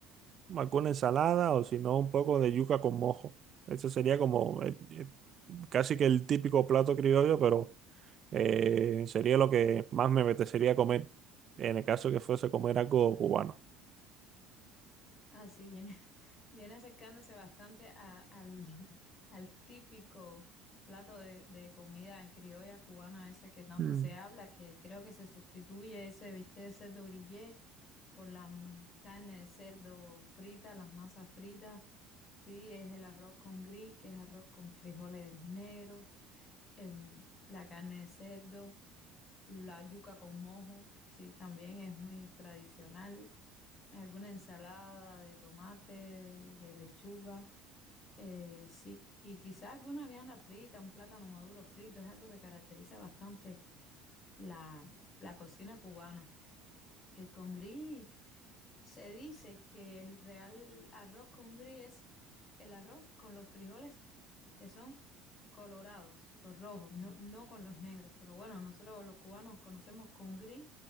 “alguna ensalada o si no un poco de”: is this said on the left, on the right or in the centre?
Right